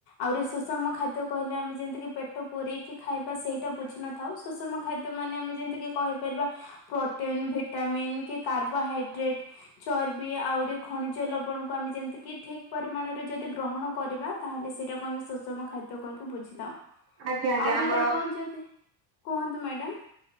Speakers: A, on the left (about 50°); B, on the right (about 35°).
A: ଆହୁରି ସୁଷମ ଖାଦ୍ୟ କହିଲେ ଆମେ ଯେମତିକି ପେଟ ପୂରେଇକି ଖାଇବା ସେଇଟା ବୁଝିିନ ଥାଉ ସୁଷମ ଖାଦ୍ୟ ମାନେ ଆମେ ଯେମିତିକି କହି ପାରିବା ପ୍ରୋଟିନ୍, ଭିଟାମିନ୍ କି କାର୍ବ ବା ହାଇଡ୍ରେଟ୍ ଚର୍ବି ଆହୁରି ଖଣିଜ ଲବଣକୁ ଆମେ ଯେମିତି କିି ଠିକ୍ ପରିମାଣରେ ଯଦି ଗ୍ରହଣ କରିବା। ତାହେଲେ ସେଇଟାକୁ ଆମେ ସୁଷମ ଖାଦ୍ୟ କହିକି ବୁଝି ଥାଉ
B: ଆଜ୍ଞା ଆଜ୍ଞା
A: ଆଉ ଯଦି
B: ଆମର
A: ଆପଣ ଯଦି କୁହନ୍ତୁ ମ୍ୟାଡ଼ାାମ?